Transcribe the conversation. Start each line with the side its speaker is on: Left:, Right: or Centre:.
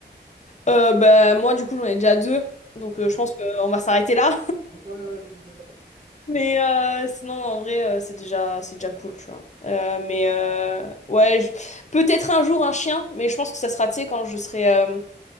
Left: Euh, bah, moi, du coup, j'en ai déjà deux, donc
Right: Mhm.
Left: euh, je pense qu'on va s'arrêter là.
Right: <laughs> Ouais, ouais, c'est ça.
Left: <laughs> Mais euh, sinon, en vrai, euh, c'est déjà, c'est déjà cool, tu vois. Euh, mais euh, ouais, je- peut-être un jour un chien, mais je pense que ça sera, tu sais, quand je serai, euh,